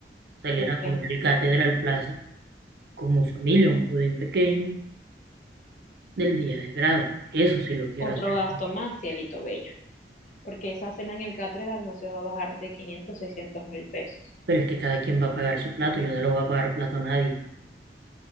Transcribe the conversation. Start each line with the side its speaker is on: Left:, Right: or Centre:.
Right: Salir
Left: Ok.
Right: a comer el Catedral Plaza como familia, un pudín pequeño del día del grado. Eso sí lo quiero
Left: Otro
Right: hacer.
Left: gasto más, cielito bello, porque esa cena en el Catedral no se va a bajar de quinientos seiscientos mil pesos.
Right: Pero es que cada quien va a pagar su plato, yo no le voy a pagar plato a nadie.